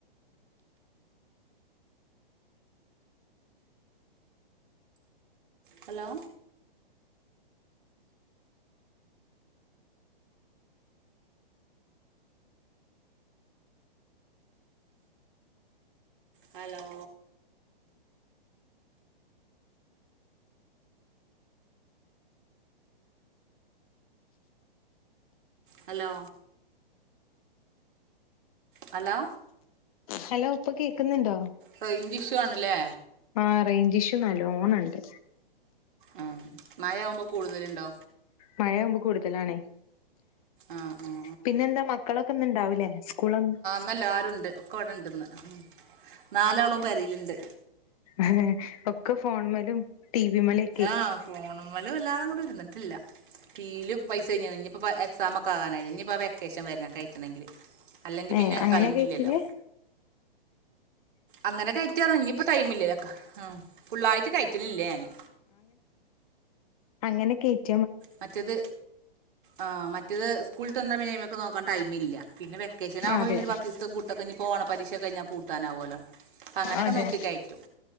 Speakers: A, on the right; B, on the left.
A: hello hello hello hello
B: hello ഇപ്പ കേക്ന്ന്ണ്ടോ
A: റെയ്ഞ്ച് ഷു ആണല്ലേ
B: ആഹ് റേയ്ഞ്ച് ഷു നല്ലോണണ്ട്
A: ഉം മഴാവുമ്പോ കൂട്തല്ണ്ടോ
B: മഴാവുമ്പോ കൂട്തലാണേ
A: ആഹ് ഉം
B: പിന്നെന്താ മക്കളൊക്കെ ഇന് ഇണ്ടാവുലേ സ്കൂള്
A: ഇന്നെല്ലാരുണ്ട് ഒക്കെ ഇവിടെ ഇണ്ടിന്ന് നാലാളും പെരയിലിണ്ട്
B: ആഹ് ഒക്കെ ഫോണ് മലും ടി വി മലും
A: ആഹ് ഫോണ് മല് വല്ലാതങ്ങട് ഇരുന്നിട്ടില്ല ടീവീല് പൈസ കഴിഞ്ഞത ഇനിപ്പ എക്സാം ഒക്കെ ക്ക ആകാനായില്ലേ ഇനി ഇപ്പോം വെക്കേഷൻ വരണം കയറ്റണെങ്കിൽ അല്ലെങ്കിൽ
B: ഏ
A: പിന്നെ
B: അങ്ങനെ
A: ടൈം
B: കേറ്റില്
A: ഇല്ലല്ലോ അങ്ങനെ കയറ്റണം ഇനിയിപ്പൊ ടൈമില്ലല്ലോ ആഹ് ഫുള്ളായിട്ട് കയറ്റലില്ല ഞാന്
B: അങ്ങനെ കേറ്റ്
A: മറ്റേത് ആഹ് മറ്റേത് സ്കൂള് വിട്ട് വന്നാ പിന്നെ അയ്മക്ക് നോക്കാൻ ടൈമില്ല പിന്നെ വെക്കേഷനാവുമ്പോ
B: അതെ
A: പിന്ന ഒരു പത്തീസം പൂട്ടൊക്കെ ഇനി ഇപ്പൊ ഓണ പരീക്ഷ കയിഞ്ഞാ പൂട്ടാനാവുലോ അപ്പ അങ്ങനൊക്കെ
B: അതെ
A: നോക്കിക്കയറ്റും